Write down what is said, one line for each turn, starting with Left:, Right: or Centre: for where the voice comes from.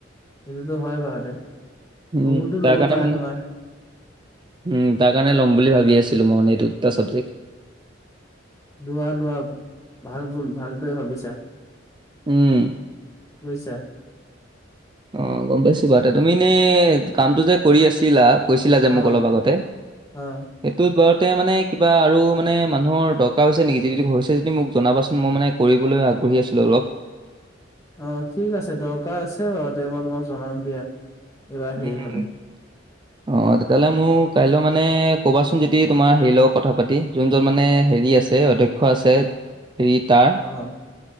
Left: সেইটোতো হয় বাৰুতে
Right: উম,
Left: ভূগোল টো
Right: তাৰ
Left: ল'ব
Right: কাৰণে
Left: পাৰে
Right: মানে
Left: তোমাৰ
Right: উম তাৰ কাৰণে ল'ম বুলি ভাবি আছিলো মই মানে এইটো দুটা ছাবজেক্ট।
Left: লোৱা লোৱা ভাল ব ভালটোৱে ভাবিছা।
Right: উম।
Left: বুজিছা।
Right: অ গম পাইছো বাৰু তুমি এনে কামটো যে কৰি আছিলা। কৈছিলা যে মোক
Left: অ
Right: অলপ আগতে।
Left: অ
Right: সেইটোত বাৰতে মানে কিবা আৰু মানে মানুহৰ দৰকাৰ হৈছে নেকি যি হৈছে যদি মোক জনাবাচোন মই মানে কৰিবলৈ আগ্ৰহী আছিলোঁ অলপ।
Left: অ ঠিক আছে দৰকাৰ আছে বাৰু তে মই তোমাক জনাম দিয়া। এইবাৰ
Right: উম।
Left: হেৰি হলে
Right: অ', তেতিয়াহ'লে মোৰ কাইলৈ মানে কবাচোন যদি তোমাৰ হেৰিৰ লগত কথা পাতি যোনজন মানে হেৰি আছে। অধ্যক্ষ আছে হেৰি তাৰ
Left: অ',